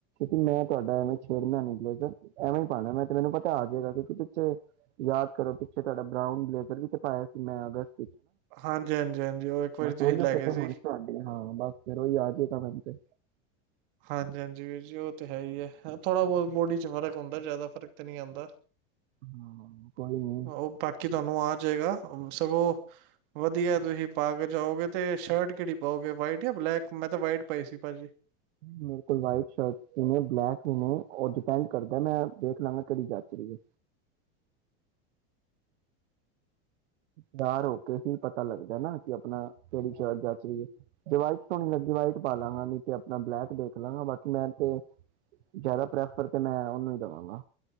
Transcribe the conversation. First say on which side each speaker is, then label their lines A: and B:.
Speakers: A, on the right (about 85°); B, on the right (about 50°).
A: ਮੈਂ ਤੁਹਾਡਾ ਐਵੇਂ ਛੇੜਨਾ ਨੀ ਬਲੇਜਰ ਐਵੇਂ ਹੀ ਪਾਉਣਾ ਮੈਂ ਤੇ ਮੈਨੂੰ ਪਤਾ ਆ ਜਾਏਗਾ ਕਿਉਂਕਿ ਪਿੱਛੇ ਯਾਦ ਕਰੋ ਪਿੱਛੇ ਤੁਹਾਡਾ ਬਰਾਊਨ ਬਲੇਜਰ ਵੀ ਤੇ ਪਾਇਆ ਸੀ ਮੈਂ ਅਗਸਤ
B: ਹਾਂਜੀ ਹਾਂਜੀ ਹਾਂਜੀ ਉਹ ਇੱਕ ਵਾਰੀ ਤੁਸੀਂ
A: ਸਹੀ
B: ਲੈ
A: ਫਟ
B: ਗਏ ਸੀ
A: ਹੋ ਤੁਡਡੀ ਹਾਂ ਬਸ ਫਿਰ ਉਹੀ ਆ ਜਾਏ ਤਾਂ ਮੈ ਤੇ
B: ਹਾਂਜੀ ਹਾਂਜੀ ਵੀਰ ਜੀ ਉਹ ਤਾਂ ਹੈ ਹੀ ਹੈ ਥੋੜ੍ਹਾ ਬਹੁਤ ਬੋਡੀ ਚ ਫਰਕ ਹੁੰਦਾ ਜ਼ਿਆਦਾ ਫ਼ਰਕ ਤਾਂ ਨਹੀਂ ਆਉਂਦਾ
A: ਹਾਂ ਕੋਈ ਨੀ
B: ਉਹ ਬਾਕੀ ਤੁਹਾਨੂੰ ਆ ਜਾਏਗਾ ਸਗੋਂ ਵਧੀਆ ਤੁਸੀਂ ਪਾ ਕੇ ਜਾਓਗੇ ਤੇ ਸ਼ਰਟ ਕਿਹੜੀ ਪਾਓਗੇ ਵਾਈਟ ਜਾਂ ਬਲੈਕ ਮੈਂ ਤਾਂ ਵਾਈਟ ਪਾਈ ਸੀ ਭਾਜੀ
A: ਮੇਰੇ ਕੋਲ ਵਟ ਸ਼ਰਟ ਵੀ ਨੇ ਬਲੈਕ ਵੀ ਨੇ ਉਹ ਡਿਪੈਂਡ ਕਰਦਾ ਮੈਂ ਦੇਖ ਲਾਂਗਾ ਕਿਹੜੀ ਜਾਚੀਏ ਤਿਆਰ ਹੋ ਕੇ ਪਤਾ ਲੱਗਦਾ ਨਾ ਕਿ ਆਪਣਾ ਕਿਹੜੀ ਜਾਚ ਰਹੀ ਹੈ ਜੇ ਵਾਈਟ ਸੋਣੀ ਲੱਗੀ ਵਾਈਟ ਪਾ ਲਾਂਗਾ ਨੀ ਤੇ ਆਪਣਾ ਬਲੈਕ ਦੇਖ ਲਾਂਗਾ ਬਾਕੀ ਮੈਂ ਤੇ ਜਿਆਦਾ ਪ੍ਰੈਫਰ ਤੇ ਮੈਂ ਉਹਨੂੰ ਹੀ ਦੇਵਾਂਗਾ